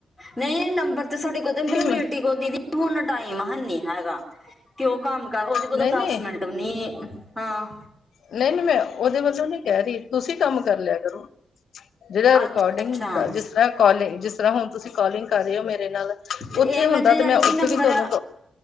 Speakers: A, in the centre; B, on the left.
A: ਨਹੀਂ ਨੰਬਰ ਤੇ ਸਾਡੇ ਕੋਲ ਤਿੰਨ ਬੇਟੀ
B: ਕਿਉਂਕਿ ਮੈਂ
A: ਕੋਲ ਦੀਦੀ ਹੁਣ ਟਾਈਮ ਹੈਨੀ ਹੈਗਾ। ਕਿ ਉਹ ਕੰਮ ਕਰ ਉਹਦੇ ਕੋਲ
B: ਨਹੀਂ
A: ਤਾਂ ਦਸ
B: ਨਹੀਂ
A: ਮਿੰਟ ਵੀ ਨੀ ਹਾਂ।
B: ਨਹੀਂ- ਨਹੀਂ ਮੈਂ ਉਹਦੇ ਵੱਲੋਂ ਨਹੀ ਕਹਿ ਰਹੀ। ਤੁਸੀਂ ਕੰਮ ਕਰ ਲਿਆ ਕਰੋ। ਜਿਹੜਾ ਰਿਕੋਡਿੰਗ
A: ਅੱਛਾ ਅੱਛਾ
B: ਦਾ ਜਿਸ ਤਰ੍ਹਾਂ ਕਾਲਿੰਗ ਜਿਸ ਤਰ੍ਹਾਂ ਹੁਣ ਤੁਸੀਂ ਕਾਲਿੰਗ ਕਰ ਰਹੇ ਹੋ ਮੇਰੇ ਨਾਲ
A: ਤੇ
B: ਉੱਥੇ
A: ਇਹ
B: ਹੁੰਦਾ
A: ਜੇ
B: ਤੇ
A: ਯਾਨੀ
B: ਮੈਂ ਉੱਥੇ
A: ਕਿ ਨੰਬਰ
B: ਵੀ ਤੁਹਾਨੂੰ